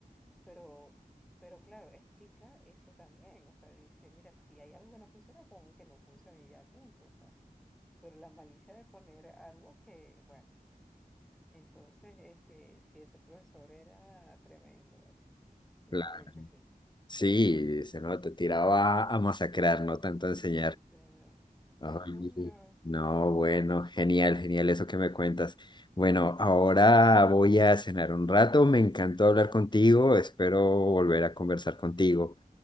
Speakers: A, in the centre; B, on the left.
A: pero, pero claro, explica eso también. O sea, dice, mira, si hay algo que no funciona, pon que no funcione y ya, punto. O sea, pero la malicia de poner algo que, bueno, entonces, este, si ese profesor era tremendo, ¿vale? De
B: Claro.
A: verdad que sí.
B: Sí, se no, te tiraba a masacrar, no tanto a enseñar.
A: Sí, señor. Sí,
B: Ay,
A: señor.
B: sí. no, bueno, genial, genial eso que me cuentas. Bueno, ahora voy a cenar un rato. Me encantó hablar contigo. Espero volver a conversar contigo